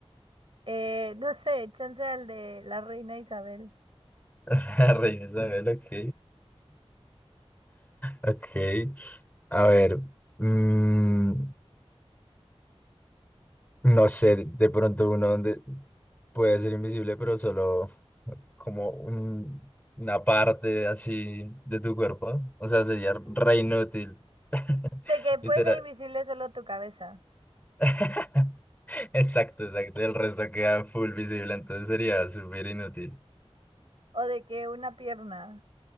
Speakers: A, on the right (about 55°); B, on the left (about 15°).
A: Eh, <laughs> no sé, chance al de la reina Isabel.
B: <laughs> A Reina Isabel, ok. Ok, a ver, mm, no sé, de pronto uno donde Puede ser invisible, pero solo como un- una parte así de tu cuerpo. O sea, sería re inútil. <laughs>
A: De que puede
B: Literal.
A: ser invisible solo tu cabeza.
B: <laughs> Exacto, exacto. El resto queda full visible, entonces sería súper inútil.
A: O de que una pierna.